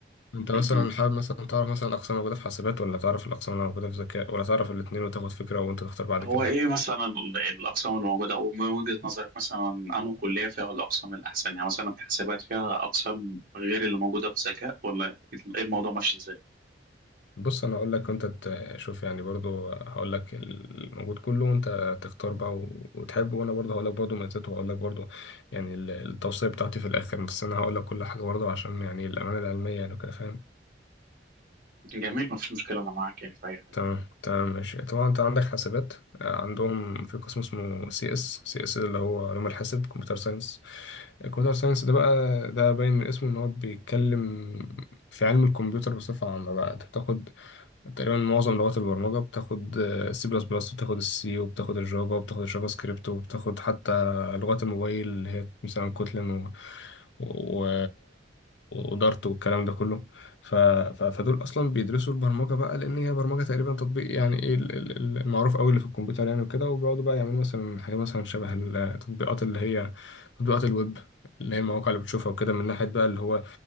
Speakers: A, on the left; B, on the right.
A: انت مثلا
B: مهم.
A: حابب مثلا تعرف مثلا اقسام موجوده في حاسبات ولا تعرف الاقسام اللي موجوده في ذكاء ولا تعرف الاثنين وتاخد فكره وانت تختار بعد
B: هو
A: كده
B: ايه مثلا ال- الاقسام اللي موجودة او من وجهة نظرك مثلا انه كلية فيها الاقسام الاحسن يعني مثلا في حسابات فيها اقسام غير اللي موجودة في ذكاء ولا ايه الموضوع ماشي ازاي
A: بص انا اقول لك وانت تشوف يعني برضو هقول لك الموجود كله وانت تختار بقى و- وتحب وانا برضو هقول لك برضو ميزاته وهقول لك برضو يعني ال- التوصيه بتاعتي في الاخر بس انا هقول لك كل حاجه برضو عشان يعني الامانه العلميه يعني وكده فاهم
B: جميل مفيش مشكلة انا معاك يعني في اي حاجة
A: تمام تمام ماشي طبعا انت عندك حاسبات آه، عندهم في قسم اسمه سي اس سي اس اللي هو علوم الحاسب كمبيوتر ساينس الكمبيوتر ساينس ده بقى ده باين من اسمه ان هو بيتكلم في علم الكمبيوتر بصفة عامة بقى انت بتاخد تقريبا معظم لغات البرمجة بتاخد سي بلس بلس وبتاخد السي وبتاخد الجافا وبتاخد الجافا سكريبت وبتاخد حتى لغات الموبايل اللي هي مثلا كوتلين و... و... ودارت والكلام ده كله ف... ف... فدول أصلا بيدرسوا البرمجة بقى لأن هي برمجة تقريبا تطبيق يعني إيه ال- ال- ال- المعروف أوي اللي في الكمبيوتر يعني وكده وبيقعدوا بقى يعملوا مثلا حاجة مثلا شبه التطبيقات اللي هي تطبيقات الويب اللي هي المواقع اللي بتشوفها وكده من ناحية بقى اللي هو